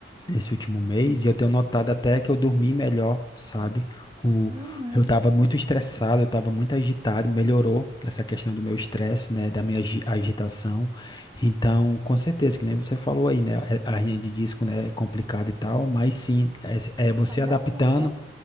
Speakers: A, on the left; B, on the right.
A: nesse último mês e eu tenho notado até que eu dormi melhor, sabe? O,
B: Uhum,
A: eu estava muito estressado, eu estava muito agitado, melhorou essa questão do meu estresse, né, da minha agi- agitação. Então, com certeza, que nem você falou aí, né, é- a hernia de disco, né, é complicada e tal, mas sim, é, é você
B: mas
A: adaptando,
B: ajuda.